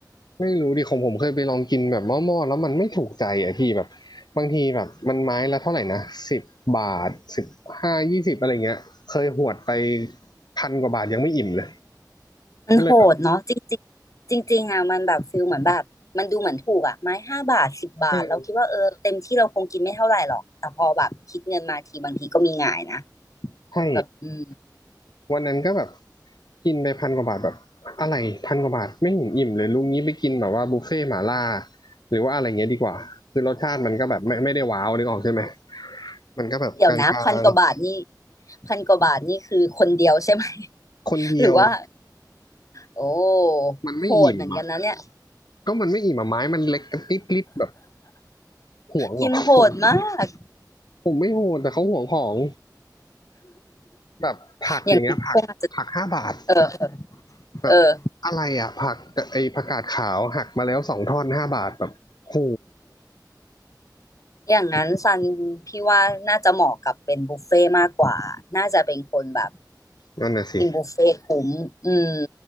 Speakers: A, on the left; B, on the left.
A: ไม่รู้ดิของผมเคยไปลองกินแบบหม้อๆแล้วมันไม่ถูกใจอ่ะพี่แบบบางทีแบบมันไม้ละเท่าไหร่นะสิบบาทสิบห้ายี่สิบอะไรเงี้ยเคยหวดไปพันกว่าบาทยังไม่อิ่มเลย
B: มันโหดเนาะจริงจริงจริงจริงๆอ่ะมันแบบฟิลเหมือนแบบมันดูเหมือนถูกอ่ะไม้ห้าบาทสิบบาทเราคิดว่าเออเต็มที่เราคงกินไม่เท่าไหร่หรอกแต่พอแบบคิดเงินมาทีบางทีก็มีหงายนะ
A: ก็เลยแบบเออให้
B: แบบอืม
A: วันนั้นก็แบบกินไปพันกว่าบาทแบบอะไรพันกว่าบาทไม่เห็นอิ่มเลยลุงนี้ไปกินแบบว่าบุฟเฟ่ต์หม่าล่าหรือว่าอะไรเงี้ยดีกว่าคือรสชาติมันก็แบบไม่ไม่ได้ว้าวนึกออกใช่ไหมมันก็แบบกลาง
B: เดี๋ยวนะพันกว่าบาทนี่พันกว่าบาทนี่คือคนเดียวใช่ไหม <laughs>
A: ๆคนเดียว
B: หรือว่าโอ้
A: มันไม่อิ่มอ่ะ
B: โหดเหมือนกันนะเนี่ย
A: ก็มันไม่อิ่มอ่ะไม้มันเล็กกระติ๊บๆแบบ ห่วงหรอผม
B: กินโหดมาก
A: ผมไม่โหดแต่เขาห่วงของแบบผักอย่างเงี้ยผักผักห้าบาท
B: อย่างคงอาจจะเออเออ
A: แบบอะไรอ่ะผักไอผักกาดขาวหักมาแล้วสองท่อนห้าบาทแบบโห
B: เอออย่างนั้นซันพี่ว่าน่าจะเหมาะกับเป็นบุฟเฟ่ต์มากกว่าน่าจะเป็นคนแบบ
A: นั่นน่ะสิ
B: กินบุฟเฟ่ต์คุ้มอืม